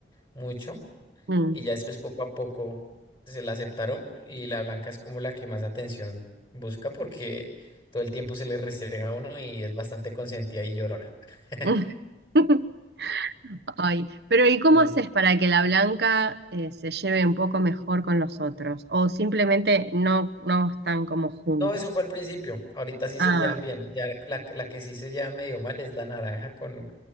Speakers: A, on the left; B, on the right.
A: mucho
B: mismo.
A: y ya después poco a poco se la aceptaron y la blanca es como la que más atención busca porque todo el tiempo se le restrega a uno y es bastante consentida y llorona. <laughs>
B: Mm. <laughs> Ay, pero ¿y cómo
A: Sí.
B: haces para que la blanca eh, se lleve un poco mejor con los otros? ¿O simplemente no, no están como juntos?
A: No, eso fue al principio. Ahorita sí
B: Ah,
A: se llevan bien. Ya la, la que sí se lleva medio mal es la naranja con,